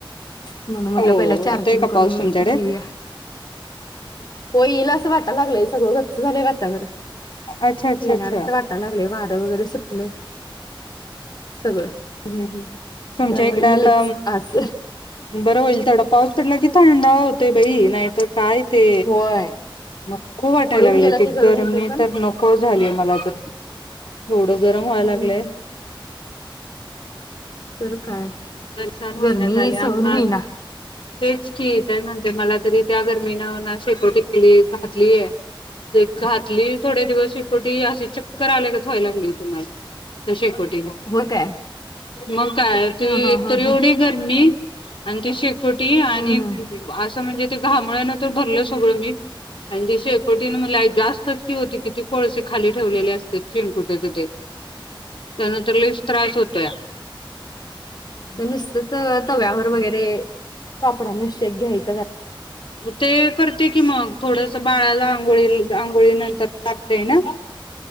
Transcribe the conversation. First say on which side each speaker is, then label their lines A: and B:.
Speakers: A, on the left; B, on the left.
A: म्हणून म्हटलं
B: हो
A: पहिला चार्जिंग
B: येतोय का
A: करून
B: पाऊस तुमच्याकडे
A: घेऊया. होय येईल असं वाटयला लागलंय सगळं गच्च झालंय वा वातावरण.
B: अच्छा अच्छा
A: येणार
B: अच्छा
A: अस वाटाय लागलय वार वगैरे लय सगळं.
B: ह् ह् तुमच्या
A: त्यामुळे
B: इकडें
A: येईलच
B: आता
A: आज
B: बरं होईल तेवडा पाऊस पडला की थंडावा होतोय बाई नाही तर काय ते
A: होय
B: नको वाटायला
A: पडून
B: लागलय
A: गेला
B: ते
A: की गरम
B: गरमी
A: होतय पण.
B: तरी नको झालीय मला तर एवढ गरम व्हाय लागलंय
A: हम्म तर काय
B: सहन होईना
A: गरमी
B: झाले आम्हा
A: सहन होईना.
B: तेच की हे म्हणत्यात मला तरी त्या गर मी ना उन्हात शेकोटी केली घातलीय ते घातली थोडे दिवस शेकोटी अशी चक्कर आल्यागत व्हाय लागली होती मला. तर शेकोटी
A: होय काय?
B: मग काय ते
A: हा हा
B: एक
A: हा
B: तरी
A: हा
B: एवढी गरमी आणि ती शे कोटी आणि
A: हम्म हम्म.
B: असं म्हणजे ते घामोळ्यानं तर भरलं सगळं मी आणि ती शे शेकोटीने मला जास्तच की ओ किती कोळसे खाली ठेवले अस शेणकुट्याच ते त्यानंतर लईच त्रास होत त्या
A: नुसतच तव्यावर वगैरे कापडा ने शेक घ्यायचं.
B: ते कर करते की मग थोडस बाळाला आंघोळी आंघोळी नंतर लागतय ना.